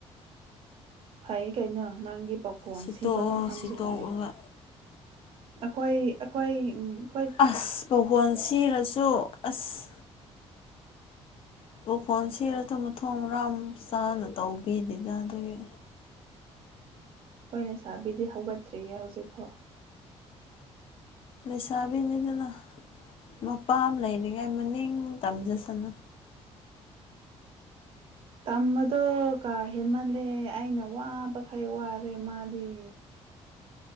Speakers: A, on the right; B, on the left.
A: ꯐꯩ ꯀꯩꯅꯣ ꯅꯪꯒꯤ ꯄꯥꯎꯈꯣꯟ
B: ꯁꯤꯠꯇꯣꯛꯑꯣ
A: ꯁꯤꯕ ꯃꯐꯝꯁꯨ
B: ꯁꯤꯠꯇꯣꯛꯑꯒ
A: ꯂꯥꯛꯑꯦ ꯑꯩꯈꯣꯏ ꯑꯩꯈꯣꯏ ꯎ
B: ꯑꯁ ꯄꯣꯒꯣꯟ ꯁꯤꯔꯁꯨ ꯑꯁ ꯎꯈꯣꯟ ꯁꯤꯔ ꯊꯨꯝ ꯃ ꯊꯣꯡ ꯔꯝ ꯆꯥꯅ ꯇꯧꯕꯤꯗꯨꯗ ꯑꯗꯨꯒꯤ
A: ꯍ ꯂꯩ ꯁꯥꯥꯕꯤꯗꯤ ꯍꯧꯒꯠꯇ꯭ꯔꯤꯌꯦ ꯍꯧꯖꯤꯛꯐꯣ
B: ꯂꯩꯁꯥꯕꯤꯅꯤꯗꯅ ꯃꯄꯥ ꯑꯃ ꯂꯩꯔꯤꯉ ꯃꯅꯤ ꯇꯝꯖꯁꯅ
A: ꯇꯃꯗꯣ ꯀꯥꯏ ꯍꯦꯟꯃꯜꯂꯦ ꯑꯩꯅ ꯋꯥꯕꯈꯩ ꯋꯥꯔꯦ ꯃꯥꯗꯤ